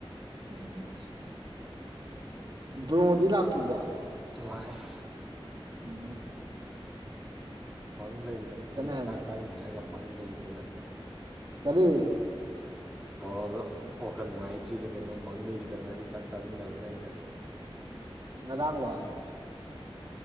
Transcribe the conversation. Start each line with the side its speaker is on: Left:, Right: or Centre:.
Right: ꯎꯝ ꯕ꯭ꯔꯣꯗꯤ ꯂꯥꯛꯇ꯭ꯔꯤꯕꯣ
Centre: ꯂꯥꯛꯑ
Right: ꯑꯣꯝ
Centre: ꯃꯪ ꯂꯩꯒꯤꯗꯅ ꯑꯩꯒ
Right: ꯍꯥꯏꯕꯅꯤ
Centre: ꯆꯥꯛ ꯆꯥꯃꯤꯟꯅꯔꯒ ꯃꯪ ꯂꯩꯒꯤꯗꯅ
Right: ꯀꯔꯤ
Centre: ꯕꯣꯔꯣ ꯋꯥꯈꯜ ꯅꯨꯡꯉꯥꯏꯇ꯭ꯔꯤꯗ ꯀꯩꯅꯣ ꯃꯪ ꯂꯩꯒꯤꯗꯅ ꯑꯩ ꯆꯥꯛ ꯆꯥꯃꯤꯟꯅꯔꯒ ꯑꯩꯒ
Right: ꯉꯔꯥꯡꯂꯣ